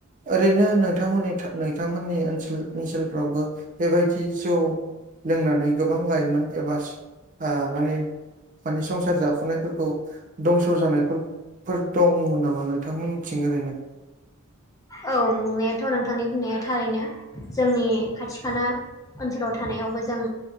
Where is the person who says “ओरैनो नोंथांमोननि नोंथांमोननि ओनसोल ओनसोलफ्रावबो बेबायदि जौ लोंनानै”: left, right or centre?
Right